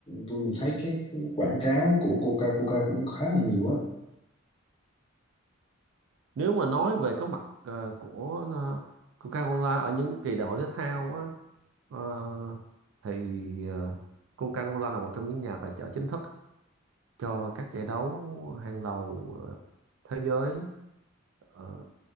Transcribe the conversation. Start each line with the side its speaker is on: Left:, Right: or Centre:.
Left: tôi cũng thấy cái quảng cáo của Coca Coca cũng khá là nhiều á.
Right: nếu mà nói về cái mặt ờ, của ờ, Coca-Cola ở những kỳ đại hội thể thao á ờ, thì ờ, Coca-Cola là một trong những nhà tài trợ chính thức cho các giải đấu hàng đầu ờ, thế giới ờ,